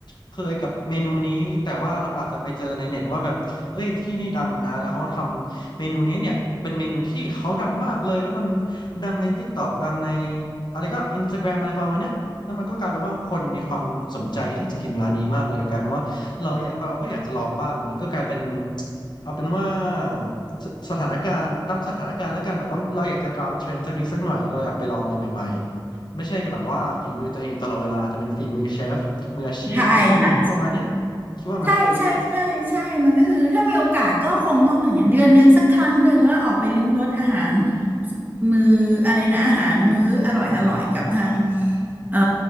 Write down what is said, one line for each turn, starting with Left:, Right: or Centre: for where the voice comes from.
Left: เคยกับเมนูนี้แต่ว่าเราอาจจะไปเจอในเน็ตว่าแบบเอ้ยที่นี่ดังนะแล้วเขาทำเมนูนี้เนี่ยเป็นเมนูที่เขาดังมากเลยแล้วมันดังใน TikTok ดังในอะไรก็ Instagram อะไรประมาณเนี้ยแล้วมันก็กลายเป็นว่าคนมีความสนใจที่จะกินร้านนี้มากเลยกลายเป็นว่าเราอยากเราก็อยากจะลองบ้างมันก็กลายเป็นเอาเป็นว่า สสถานการณ์ตามสถานการณ์แล้วกันแบบว่าเราอยากจะตามเทรนด์สักนิดสักหน่อยเราอยากไปลองอะไรใหม่ๆไม่ใช่แบบว่าฝีมือตัวเองอยู่ตลอดเวลาจะเป็นฝีมือเชฟมืออาชีพมิชลินประมาณเนี้ย
Right: ใช่ค่ะ
Left: คิดว่าไหม
Right: ใช่ใช่ใช่ใช่มันก็คือถ้ามีโอกาสก็คงต้องอย่างเงี้ยเดือนหนึ่งสักครั้งหนึ่งก็ออกไปลิ้มรสอาหารมื้ออะไรนะอาหารมื้ออร่อยอร่อยกับทางเอ่อ